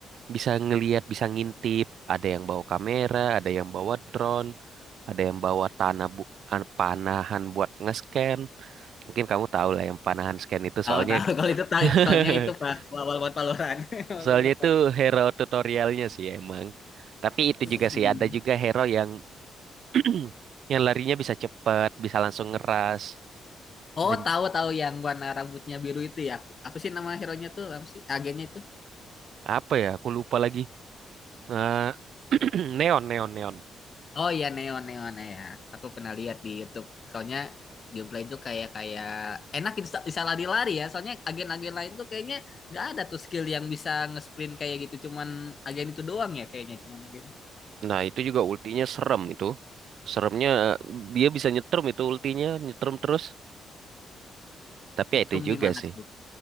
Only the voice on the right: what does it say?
bisa ngelihat, bisa ngintip, ada yang bawa kamera, ada yang bawa drone, ada yang bawa tanah bu an- panahan buat nge-scan. Mungkin kamu tahu lah yang panahan scan itu
soalnya
<laughs>
Soalnya
itu
hero tutorialnya sih emang. Tapi itu juga
sih ada juga hero yang <clears throat> yang larinya bisa cepat, bisa langsung ngeras.
Dan
apa ya? Aku lupa lagi. Nah, <clears throat> neon, neon, neon.
Nah, itu juga ultinya serem itu. Seremnya eh, dia bisa nyetrum itu ultinya, nyetrum terus. Tapi
ya itu juga
sih.